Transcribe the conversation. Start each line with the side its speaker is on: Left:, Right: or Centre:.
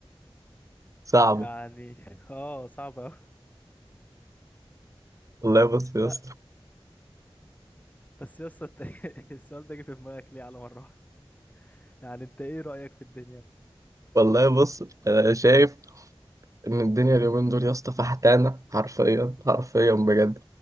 Right: صعبه
Left: يعني <laughs> اه صعبه قوي
Right: والله بص يا
Left: لا
Right: اسطى
Left: بس يا اسطى انت <laughs> السؤال ده جه في دماغك ليه على مره واحدة؟ يعني انت ايه رايك في الدنيا انت
Right: والله بص انا شايف ان الدنيا اليومين دول يا اسطى فحتانه حرفيا حرفيا بجد